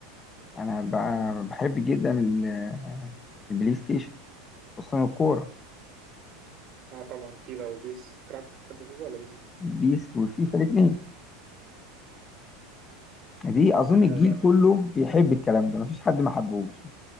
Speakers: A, on the left; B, on the right.
A: انا ب- بحب جدا ال- البلاي ستيشن خصوصا الكورة
B: اه طبعا فيفا وبيس بتلعب بتحب فيفا ولا بيس
A: البيس وفيفا الاتنين دي اظن
B: انا
A: الجيل
B: زمان
A: كله بيحب الكلام ده مفيش حد ما حبهوش